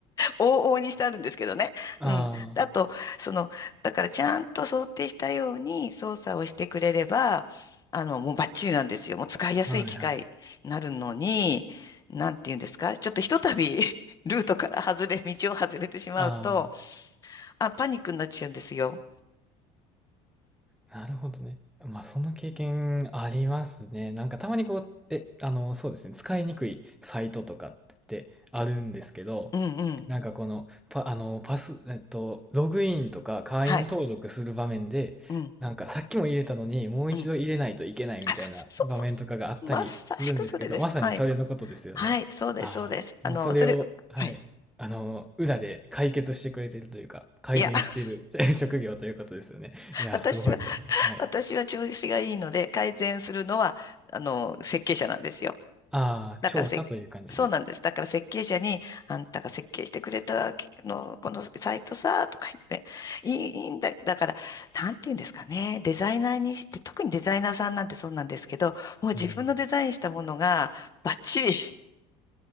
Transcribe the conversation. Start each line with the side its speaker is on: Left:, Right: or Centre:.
Left: 往々にしてあるんですけどね。
Centre: あ
Left: うん。あと、その、だからちゃんと想定したように操作をしてくれれば、あの、もうバッチリなんですよ。もう使いやすい機械になるのに、
Centre: あ、はいはい。
Left: なんて言うんですかちょっとひとたび <laughs> ルートから外れ、道を外れてしまうと、
Centre: ああ。
Left: あ、パニックになっちゃうんですよ。
Centre: なるほどね。まあ、その経験ありますね。なんかたまにこう、え、あの、そうですね、使いにくいサイトとかってあるんですけど、
Left: うんうん。
Centre: なんかこの、パ、あの、パス、えっと、ログインとか会員登録する場面で、
Left: はい。うん。
Centre: なんかさっきも入れたのにもう一度入れないといけないみたいな場面とかがあったりするんですけど、
Left: うん。あ、そうそうそうそう。まさしくそれです。
Centre: まさにそれのことですよね。
Left: はい。はい。そうです、
Centre: ああ、
Left: そうです。あの、
Centre: もうそれを、
Left: それ、
Centre: はい、
Left: はい。
Centre: あの、裏で解決してくれてるというか、改善している
Left: いや、<laughs>
Centre: <laughs> 職業ということですよね。いやー、
Left: 私は
Centre: すごいと思いますはい。
Left: 私は調子がいいので、改善するのは、あの、設計者なんですよ。
Centre: ああ、
Left: だからせ、
Centre: 調査という感じで。
Left: そうなんです。だから設計者に、あんたが設計してくれたの、このサイトさ、とか言って、いい、いいんだ。だから、なんて言うんですかね。デザイナーにして、特にデザイナーさんなんてそうなんですけど、もう自分のデザインしたものが、
Centre: うん。
Left: バッチリ